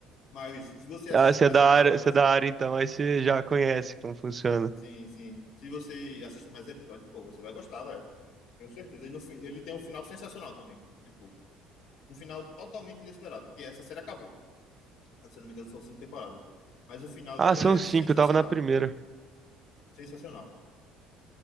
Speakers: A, on the left; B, on the right.
A: Mas se você assistir
B: Ah, você
A: mais
B: é da
A: episódios.
B: área, você é da área então, aí você já conhece como funciona.
A: Sim, sim. Se você assistir mais episódios, pô, você vai gostar, velho. Tenho certeza. E no, fim- ele tem um final sensacional também. Tipo, um final totalmente inesperado. Porque essa série acabou. Se eu não me engano, são cinco temporadas. Mas o final
B: Ah,
A: dela
B: são
A: é
B: cinco,
A: sensacional.
B: eu tava na primeira.
A: Sensacional.